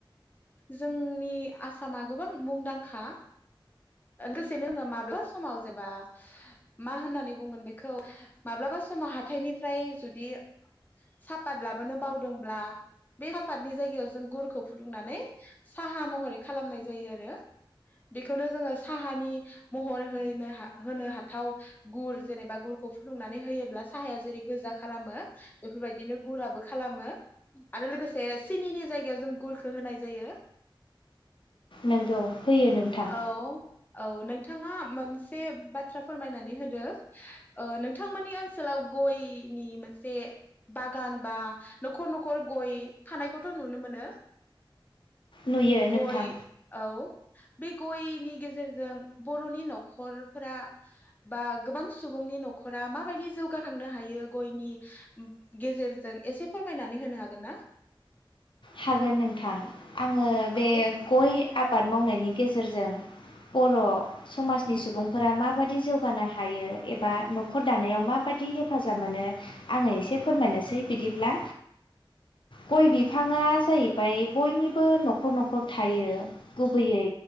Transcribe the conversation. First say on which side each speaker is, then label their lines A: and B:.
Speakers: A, on the left; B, on the left.
A: जोंनि आसामा गोबां मुंदांखा लोगोसेनो जोङो माब्लाबा समाव जेबा मा होननानै बुंगोन बेखौ माब्लाबा समाव हाथायनिफ्राय जुदि सापात लाबोनो बावदों ब्ला बे सापादनि जायगायाव जों गुरखौ फुदुंनानै साहा महरै खालामनाय जायो आरो बेखौनो जोङो साहानि महर होनो हा-होनो हाथाव गुर जेनेबा गुरखौ फुदुंनानै होयोब्ला साहाया जेरै गोजा खालामो बेफोरबायदिनो गुराबो खालामो। आरो लोगोसे सिनिनि जायगायाव जों गुरखो होनाय जायो।
B: नोंगौ होयो नोंथां।
A: औ औ नोंथाङा मोनसे बाथ्रा फोरमायनानै होदो ओ नोंथांमोनानि ओनसोलाव गयनि मोनसे बागान बा न'खर न'खर गय थानायखौथ' नुनो मोनो।
B: नुयो नोंथां
A: गय औ बे गयनि गेजेरजों बर'नि न'खरफोरा बा गोबां सुबुंनि न'खरा माबायदि जौगाखांनो हायो गयनि गेजेरजों एसेफोर मायनानै होनो हागोन ना?
B: हागोन नोंथां। आङो बे
A: औ
B: गय आबाद मावनायनि गेजेरजों बर' समाजनि सुबुंफोरा माबायदि जौगानो हायो एबा न'खर दानायाव माबायदि हेफाजाब मोनो आङो एसे फोरमायनोसै बिदिब्ला गय बिफां आ जाहैबाय बयनिबो न'खर न'खर थायो गुबैयै